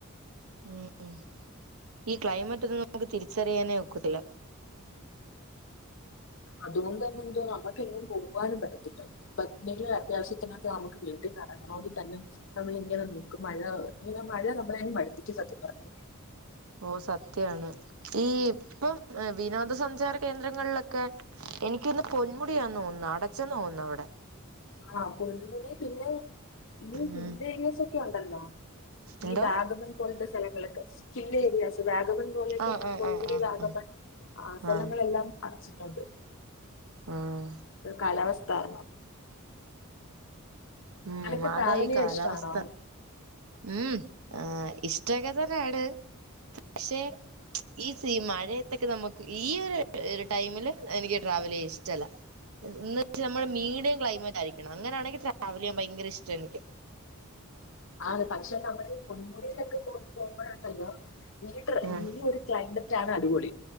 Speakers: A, on the right; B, on the left.
A: ഉം ഈ ക്ലൈമറ്റ് ഒന്നും നമുക്ക് തിരിച്ചറിയാനേ ഒക്കത്തില്ല
B: അതുകൊണ്ടന്നെ എന്തോ നമുക്ക എങ്ങും പോവാനും പറ്റത്തില്ല ഇപ്പ എന്തെങ്കിലും അത്യാവശ്യത്തിനൊക്കെ നമുക്ക് വീട്ടിൽ നി ഇറങ്ങണമെങ്കിൽ തന്നെ നമ്മളിങ്ങനെ നോക്ക് മഴ ഇങ്ങനെ മഴ നമ്മളെങ്ങനെ മടുപ്പക്ക് സത്യം പറഞ്ഞെ
A: ഓ സത്യാണ് ഈ ഇപ്പം വിനോദ സഞ്ച സചാര കേന്ദ്രങ്ങളിലൊക്കെ എനിക്കൊന്ന് പൊന്മുടിയാ തോന്ന അടച്ചന്ന് തോന്നുന്നു അവി
B: ആഹ് പൊങ്ങനെ പിന്നെ
A: ഉം
B: പിന്നെ ഉണ്ടല്ലോ
A: എന്തോ
B: ഇത്ഗതന് കൊട്ട സ്കിൽ ഏരിയാസ് ാഗമൻ പോലെയൊക്കെല
A: ആഹ് ആഹ്
B: പൊ
A: ആഹ്
B: കൂടി
A: ആഹ്
B: വാഗൻ ആ സ്ഥലങ്ങളെല്ലാം
A: ആഹ്
B: അടച്ചിട്ട അണ്ട്
A: ആഹ്
B: കാലാവസ്ഥ ത
A: ഉം
B: അനക്ക്
A: അതാ
B: ട്രാവൽ
A: ഈ
B: ചെയ്യാൻ
A: കാലാവസ്ഥ
B: ഇഷ്ടാണോ
A: ഉം ആ് ഇഷ്ടൊക്കെ തന്നെയാണ് പക്ഷെ ഈഈ മഴയത്തൊക്കെ നമുക്ക് ഈ ഒരു ഒരു ടൈമില് എനിക്ക് ട്രാവൽ ചെയ്യാൻ ഇഷ്ടല്ല ഇന്ന് നമ്മുടെ മീഡം ക്ലൈമാറ്റായിരിക്കണം അങ്ങനൊണെങ്ക ട്രാവലെയ്യാൻ ഭയങ്കര ഇഷ്ടം എനിക്ക്.
B: ആ പക്ഷെ നമ്മൾ ഈ പൊന്മുടിയിലൊക്കെ കൂടു പോകുമ്പോഴുണ്ടല്ലോ ഈ
A: ഉം
B: ഈ ഒരു ക്ലൈമറ്റ ആണ് അടിപൊളി